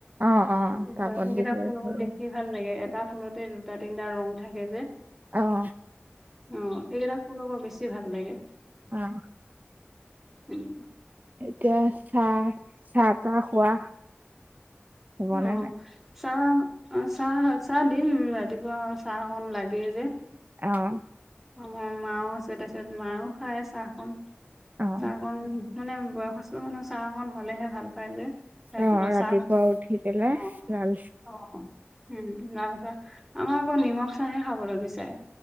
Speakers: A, on the right; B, in the centre.
A: অ', অ',
B: সেইকেইটা
A: টাবত দি পেলাই
B: ফুলবোৰ
A: থৈ
B: দেখি ভাল লাগে। এট টা ফুলতে দুটা-তিনটা ৰং থাকে যে।
A: আহ।
B: অ', <unintelligible> বেছি ভাল লাগে।
A: অ'।
B: উম।
A: এতিয়া চাহ - চাহ তাহ খোৱা হবনে
B: অ',
A: নাই?
B: চাহ অ' চাহ - চাহ দিম ৰাতিপুৱা চাহ অকণ লাগেই যে।
A: অঁ।
B: অ' মাও আছে তাতে মাও খায় চাহখন-
A: অ',
B: চাহকন -- মানে বয়সস্থ মানুহ চাহ অকন হলেহে ভাল পায় যে। ৰাতি
A: অ',
B: বচা
A: ৰাতিপুৱা উঠি পেলাই
B: অ
A: লাল
B: অ উম আৰুত <inaudible> আমাৰ আকৌ নিমখ চাহে খাবলৈ বিচাৰে।